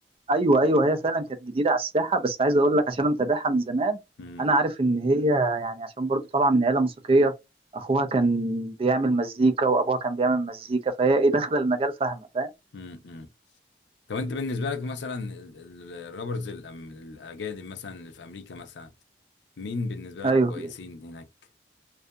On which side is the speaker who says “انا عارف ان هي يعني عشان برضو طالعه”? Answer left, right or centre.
Right